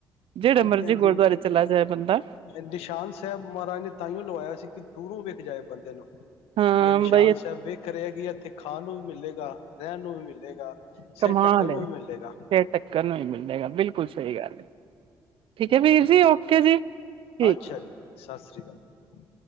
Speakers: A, on the right; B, on the left.
A: ਜਿਹੜੇ
B: ਹਾਂਜੀ
A: ਮਰਜ਼ੀ
B: ਹਾਂਜੀ
A: ਗੁਰਦੁਆਰੇ ਚਲਾ ਜਾਏ ਬੰਦਾ
B: ਨਿਸ਼ਾਨ ਸਾਹਿਬ ਮਹਾਰਾਜ ਨੇ ਤਾਂਇਓ ਲਵਾਇਆ ਸੀ ਕਿ ਦੂਰੋਂ ਵੇਖ ਜਾਏ ਬੰਦੇ ਨੂੰ ਕੀ
A: ਹਾਂ
B: ਇਹ ਨਿਸ਼ਾਨ
A: ਬਈ
B: ਸਾਹਿਬ ਵੇਖ ਰਹੇ ਏ ਕਿ ਇੱਥੇ ਖਾਣ ਨੂੰ ਵੀ ਮਿਲੇਗਾ ਰਹਿਣ ਨੂੰ ਵੀ ਮਿਲੇਗਾ ਸਿਰ
A: ਕਮਾਲ
B: ਢੱਕਣ ਨੂੰ
A: ਏ
B: ਵੀ ਮਿਲੇਗਾ
A: ਫੇਰ ਟੱਕਰ ਨੂੰ ਹੀ ਮਿਲੇਗਾ ਬਿਲਕੁਲ ਸਹੀ ਗੱਲ ਠੀਕ ਹੈ ਵੀਰ
B: ਹਾਂਜੀ
A: ਜੀ ਓਕੇ ਜੀ ਠੀਕ
B: ਅੱਛਾ ਜੀ ਸਤਿ ਸ੍ਰੀ ਅਕਾਲ ਜੀ